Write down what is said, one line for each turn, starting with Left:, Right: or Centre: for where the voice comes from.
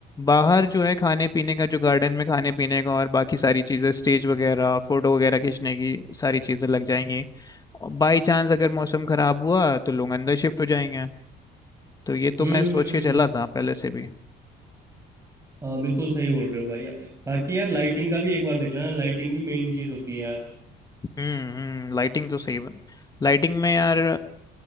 Left: बाहर जो है खाने पीने का जो गार्डन में खाने पीने का और बाकी सारी चीज़ें स्टेज वगैरह फोटो वगैरह खींचने की सारी चीज़ें लग जाएंगी बाई चांस अगर मौसम खराब हुआ तो लोग अंदर शिफ्ट हो जाएंगे तो ये तो
Right: हम्म
Left: मैं सोच
Right: हम्म,
Left: के चला
Right: हम्म।
Left: था पहले से भी
Right: हाँ बिल्कुल सही बोल रहे हो भाई आप बाकी
Left: हम्म
Right: यार लाइटिंग का भी एक बार देख लेना लाइटिंग भी मेन चीज़ होती है यार
Left: हम्म लाइटिंग तो सही बना लाइटिंग में यार